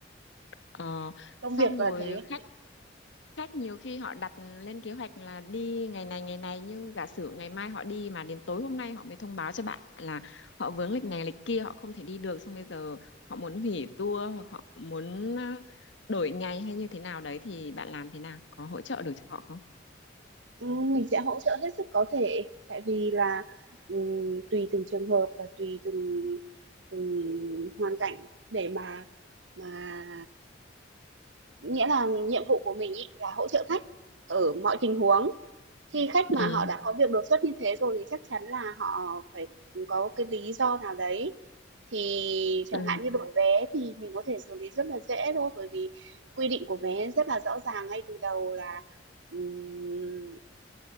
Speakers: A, on the left (about 75°); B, on the right (about 75°).
A: ờ
B: Công
A: xong
B: việc là
A: rồi
B: thế,
A: khách khách nhiều khi họ đặt lên kế hoạch là đi ngày này ngày này nhưng giả sử ngày mai họ đi mà đến tối hôm nay họ mới thông báo cho bạn là họ vướng lịch này lịch kia họ không thể đi được xong bây giờ họ muốn hủy tour hoặc họ muốn ờ, đổi ngày hay như thế nào đấy thì bạn làm thế nào có hỗ trợ được cho họ không
B: Ừ, mình sẽ hỗ trợ hết sức có thể tại vì là, ừm, tùy từng trường hợp và tùy từng từng hoàn cảnh để mà mà Nghĩa là nhiệm vụ của mình ấy là hỗ trợ khách ở mọi tình huống. Khi khách mà
A: ừ
B: họ đã có việc đột xuất như thế rồi thì chắc chắn là họ phải có cái lý do nào đấy. Thì chẳng
A: ừ
B: hạn như đổi vé thì mình có thể xử lý rất là dễ thôi, bởi vì quy định của vé rất là rõ ràng ngay từ đầu là, ừm,